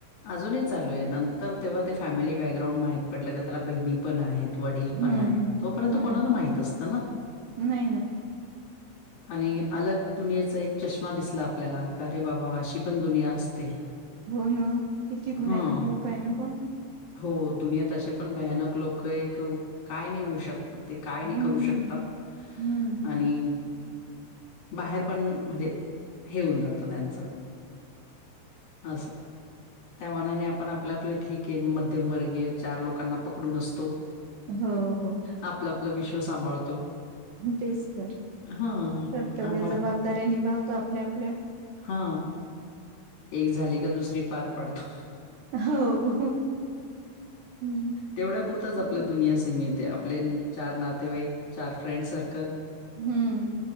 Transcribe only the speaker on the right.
हं
हं
हं
नाही ना
हो ना. किती
भयानक लोक आहे ना. पण,
हं
हं हं.
हो हो.
तेच तर
कर्तव्य
जबाबदाऱ्या निभावतो आपल्या आपल्या.
हो हम्म
ते तर
हम्म.